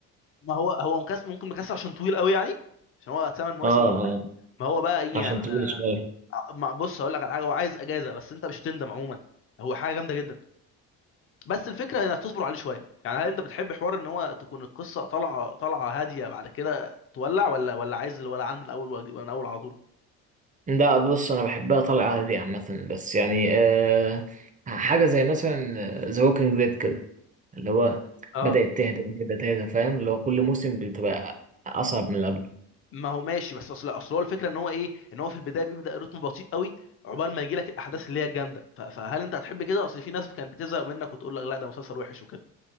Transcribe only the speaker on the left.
ما هو هو مكسر ممكن مكسر عشان طويل قوي يعني عشان هو ثمان مواسم
ولا حاجه
ما هو بقى ايه
يعني انا
ع- ما- بص هقول لك على حاجه هو عايز اجازه بس انت مش هتندم عموما هو حاجه جامده جدا بس الفكره انك تصبر عليه شويه يعني هل انت بتحب حوار ان هو تكون القصه طالعه طالعه هاديه بعد كده تولع ولا ولا عايز الولعان من الاول وأج- من الاول على طول
اه
ما هو ماشي بس اصل اصل هو الفكره ان هو ايه ان هو في البدايه بيبدا رتم بطيء قوي عقبال ما يجي لك الاحداث اللي هي الجامده ف- فهل انت هتحب كده اصل في ناس كانت بتزهق منك وتقول لك لا ده مسلسل وحش وكده